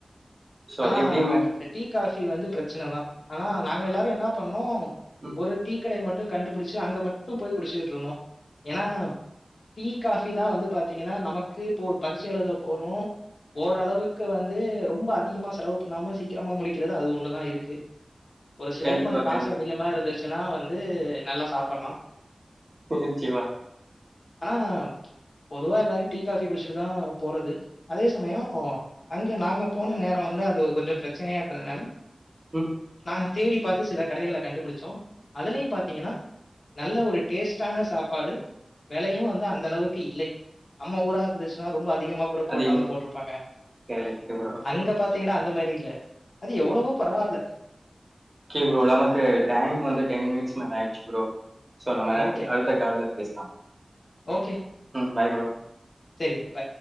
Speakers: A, on the right (about 30°); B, on the left (about 80°).
A: சோ
B: ஆனா
A: அது எப்டியுமே
B: இந்த டீ காஃப் ஃபி வந்து பிரச்சன தா ஆனா நாங்க எல்லாரு என்ன பண்ணோ
A: ம்
B: ஒரு டீ கடை மட் டொ கண்டுபிடிச்சு அங்க மட்டு போய் குடுச்சுட்டு இருந்தோ ஏனா டீ காஃபி தா வந்து பாத்தீங்கன்னா நமக்கு இப்போ ஒரு பரிட்ச எழுத போறோ ஓரளவுக்கு வந்து ரொம்ப அ அதிகமா செலவு பண்ணாம சீக்கிரமா முடிக்கிறது அது ஒண்ணுதா இருக்கு ஒரு சிலர்
A: கண்டிப்பா
B: கொஞ்சொ காசு
A: கண்டிப்பா
B: அதிகமா இருந்துச் எனா வந்து நல்லா சாப்பிட்ணு
A: என்சுவா
B: ஆனா பொதுவா எல்லாரும் டீ காஃபி குடிச்சிட்டு தா போறது அதே சமயொ அங்க நாங்க போன நே நா வந்து அது கொஞ்சொ பிரச்சனையா இருந்ததுனால
A: ஹ்ம்
B: நாங்க தேடி பாத்து சில கடைகளலா கண்டுபிடிச்சோ அதுலயு பாத்தீங்கன்னா நல்ல ஒரு டேஸ்ட்டான சாப்பாடு வெலையு வந்து அந்த அளவுக்கு இல்லை நம்ம ஊரா இருந்துச்சுன்னா ரொம்ப அ அதிகமா கூட போட்டாலு
A: அதிகமா
B: போட்ருப்பாங்க
A: கரெக்ட் ப்ரோ
B: அங்க அந்த மாரி இல்ல அது எவ்வளவோ பரவாயில்ல
A: ஓகே ப்ரோ நமக்கு டைம் வந்து டென் மினிட்ஸ் மேல ஆயிச்சு ப்ரோ சோ நம்ம
B: ஓகேங்க.
A: அடுத்து அடுத்த கால்ல பேச்லா
B: ஓகே.
A: ம் பாய் ஃப்ரோ
B: சரி. பை.